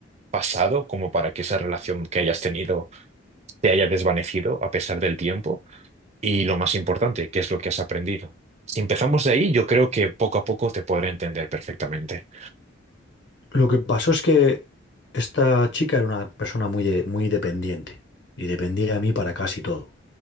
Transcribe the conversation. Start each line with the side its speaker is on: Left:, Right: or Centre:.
Right: pasado como para que esa relación que hayas tenido te haya desvanecido a pesar del tiempo? Y lo más importante, ¿qué es lo que has aprendido? Si empezamos de ahí, yo creo que poco a poco te podré entender perfectamente.
Left: Lo que pasó es que esta chica era una persona muy, de- muy dependiente y dependía de mí para casi todo.